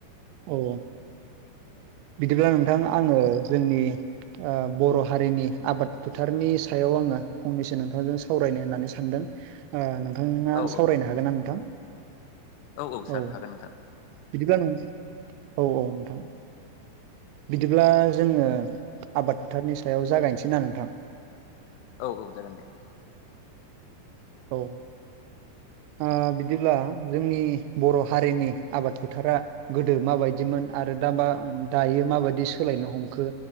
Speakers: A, on the right; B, on the left.
A: औ बिदिब्ला नोंथां आङो जोंनि ओ बर' हारिनि आबाद फोथारनि सायाव आङो फंनैसो नोंथांजों सा सावरायनो होननानै सानदों ओ नोंथाङा
B: औ
A: सावरायनो हागोन ना नोंथां?
B: औ-औ
A: औ
B: सार हागोन नोंथां।
A: बिदिब्ला नों औ-औ नोंथां। बिदिब्ला जोङो आबाद फोथारनि सायाव जागायनोसै ना नोंथां।
B: औ-औ जागोन दे
A: औ ओ बिदिब्ला जोंनि बर' हारिनि आबाद फोथारा गोदो माबायदिमोन आरो दाबा दायो माबायदि सोलायनो हमखो